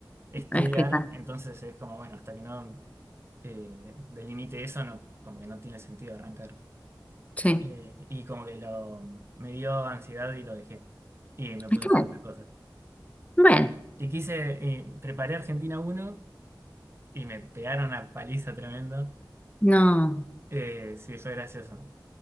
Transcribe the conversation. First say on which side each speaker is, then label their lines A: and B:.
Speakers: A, on the right (about 30°); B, on the left (about 15°).
A: estudiar.
B: explicar.
A: Entonces es como, bueno, hasta que no eh, delimite eso, no, como que no tiene sentido arrancar.
B: Sí.
A: Eh, y como que lo, me dio ansiedad y lo dejé. Y me puse
B: Está
A: a hacer
B: bien.
A: otras cosas.
B: Bueno,
A: Y quise, eh, preparé Argentina uno y me pegaron una paliza tremenda.
B: no.
A: Eh, sí, fue gracioso.